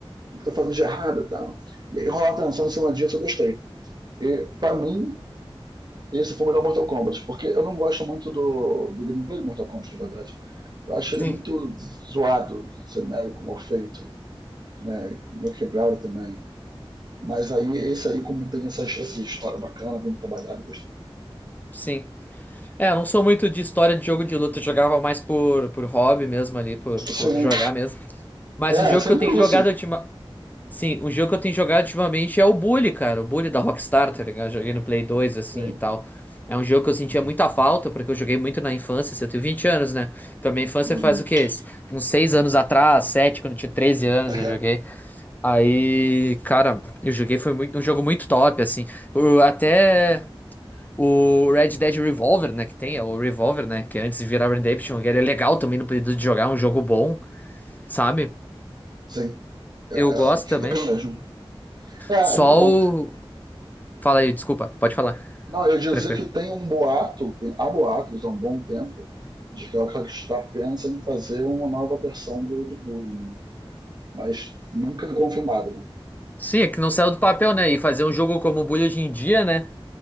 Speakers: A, on the right; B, on the left.
A: que estou fazendo de errado e tal. E aí rolar tensão em cima disso eu gostei. E, pra mim, esse foi o melhor Mortal Kombat, porque eu não gosto muito do, do gameplay do Mortal Kombat, na verdade. Eu acho ele
B: Sim,
A: muito zoado, genérico, mal feito, né? Meu quebrado também. Mas aí, esse aí, como tem essa, essa história bacana, bem trabalhada, eu gostei.
B: sim. É, eu não sou muito de história de jogo de luta, eu jogava mais por, por hobby mesmo ali, por, por
A: Sim,
B: jogar mesmo. Mas
A: é,
B: o jogo
A: sempre
B: que eu tenho
A: é
B: jogado
A: isso.
B: ultima... Sim, o jogo que eu tenho jogado ultimamente é o Bully, cara. O Bully da Rockstar, tá ligado? Eu Joguei no Play 2, assim,
A: Sim.
B: e tal. É um jogo que eu sentia muita falta, porque eu joguei muito na infância, assim, eu tenho 20 anos, né? Então minha infância
A: Uhum.
B: faz o quê?
A: <laughs>
B: Uns 6 anos atrás, 7, quando eu tinha treze anos
A: É,
B: eu joguei. Aí, cara, eu joguei, foi muito, um jogo muito top, assim. Eu até... O Red Dead Revolver, né, que tem, é o Revolver, né, que antes de virar Redemption, que ele é legal também no período de jogar, é um jogo bom, sabe?
A: sim, é, é
B: Eu gosto também.
A: é bacana mesmo. É, é
B: Só
A: muito bom.
B: o... Fala aí, desculpa, pode falar,
A: Não, eu ia dizer
B: tranquilo.
A: que tem um boato, tem, há boatos há um bom tempo, de que a Rockstar pensa em fazer uma nova versão do, do Bully, né? Mas nunca é confirmado, né?
B: Sim, é que não saiu do papel, né, e fazer um jogo como o Bully hoje em dia, né,